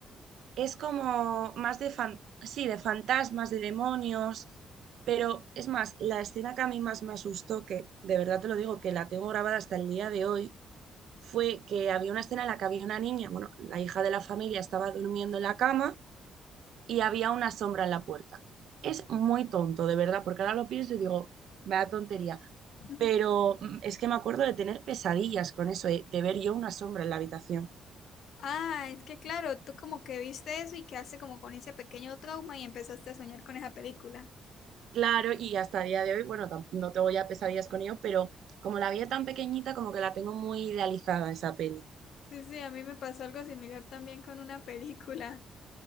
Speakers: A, on the right; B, on the left.
A: es como más de fan, sí, de fantasmas, de demonios, pero es más, la escena que a mí más me asustó, que de verdad te lo digo, que la tengo grabada hasta el día de hoy, fue que había una escena en la que había una niña, bueno, la hija de la familia estaba durmiendo en la cama y había una sombra en la puerta. Es muy tonto, de verdad, porque ahora lo pienso y digo, me da tontería.
B: <laughs>
A: Pero mm, es que me acuerdo de tener pesadillas con eso, eh, de ver yo una sombra en la habitación.
B: Ah, es que claro, tú como que viste eso y quedaste como con ese pequeño trauma y empezaste a soñar con esa película.
A: Claro, y hasta el día de hoy, bueno, tam- no tengo ya pesadillas con ello, pero como la vi tan pequeñita, como que la tengo muy idealizada esa peli.
B: Sí, sí, a mí me pasó algo similar también con una <laughs> película.